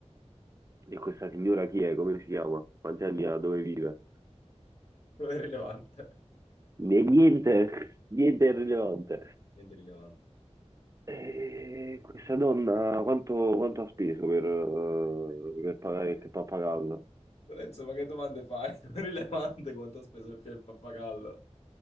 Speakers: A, on the right (about 30°); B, on the left (about 65°).
A: E questa signora chi è? Come si chiama? Quanti anni ha? Dove vive?
B: Non è rilevante.
A: Né- Niente, niente è rilevante.
B: Niente rilevante.
A: E questa donna quanto, quanto ha speso per, eh, per pagare il pappagallo?
B: Lorenzo, ma che domande fai? <laughs> Non è rilevante quanto ha speso il il pappagallo.